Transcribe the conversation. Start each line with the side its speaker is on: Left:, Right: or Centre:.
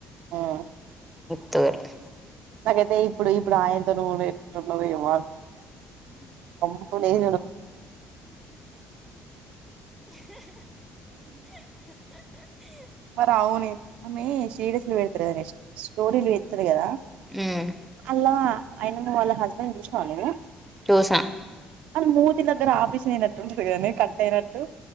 Right: ఉమ్
Centre: తూరు
Right: నాకైతే ఇప్పుడు ఇప్పుడు ఆయనతోను ఎట్టునదో ఏమా <unintelligible> కంపులు మరి అవునే ఆమె <unintelligible> పెడతారు కద స్టోరీలు పెడతారు కదా
Centre: ఉమ్
Right: అల ఆయన ను వాళ్ళ హస్బెండ్ చూసిన <unintelligible>
Centre: చూస
Right: మూతి దగ్గర ఆపరేన్ అయినట్టు ఉంది కాదనే <unintelligible>